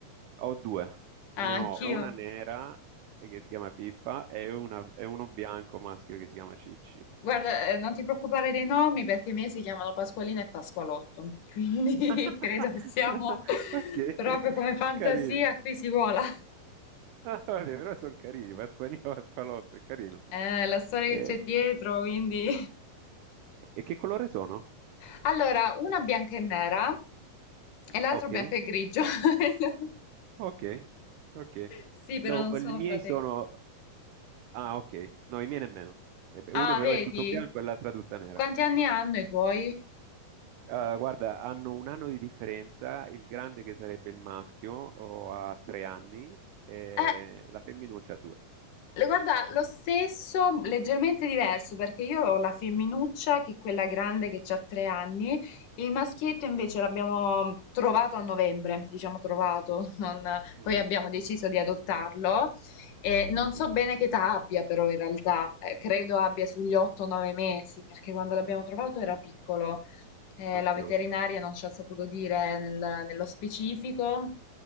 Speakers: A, on the right (about 75°); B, on the left (about 70°).
A: ho due, ne
B: Ah, anch'io.
A: ho una nera eh, che si chiama Pippa e, una- e uno bianco maschio che si chiama Cicci.
B: Guarda, eh, non ti preoccupare dei nomi perché i miei si chiamano Pasqualina e Pasqualotto. Quindi
A: <laughs>
B: <laughs> credo che siamo
A: Perché?
B: <laughs> proprio
A: Che
B: come fantasia,
A: carini. <laughs>
B: qui si vola. <laughs>
A: Ah, vabbè, però sono carini, Pasqualino, Pasqualotto, è carino.
B: Eh, la storia
A: E,
B: che c'è dietro, quindi...
A: e che colore sono?
B: Allora, una bianca e nera e l'altro
A: Ah, Ok.
B: bianco e grigio. <laughs>
A: Ok, ok.
B: Sì, però
A: No,
B: non sono
A: i miei
B: fratelli.
A: sono... Ah, ok. No, i miei nemmeno. Eh beh,
B: Ah,
A: Uno però
B: vedi?
A: è tutto bianco e l'altra tutta nera.
B: Quanti anni hanno i tuoi?
A: Ah, guarda, hanno un anno di differenza, il grande che sarebbe il maschio o ha tre anni e
B: Eh,
A: la femminuccia ha due.
B: Le- Guarda, lo stesso, leggermente diverso, perché io ho la femminuccia, che è quella grande che ha tre anni, il maschietto invece l'abbiamo trovato a novembre, diciamo trovato, <laughs> non-
A: Mm,
B: poi abbiamo deciso di adottarlo. E non
A: mhm,
B: so bene che età abbia però in realtà, eh, credo abbia sugli 8-9 mesi, perché quando l'abbiamo trovato era piccolo. Eh,
A: Ok.
B: la veterinaria non ci ha saputo dire nel- nello specifico.